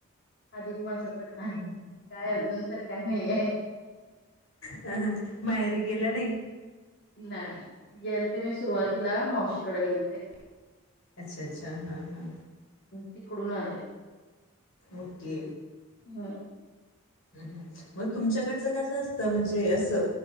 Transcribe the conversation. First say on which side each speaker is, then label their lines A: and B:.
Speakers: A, on the left; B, on the left.
A: अधिक मासाच काय काय अजून तर काय नाही आहे.
B: अ माहेरी गेल्या नाही.
A: नाही गेलते मी सुरुवातीला मावशीकडे गेलते.
B: अच्छा अच्छा हा हा.
A: तिकडून आले.
B: ओके.
A: हां
B: हा म तुमच्याकडे ते दस असतं म्हणजे असं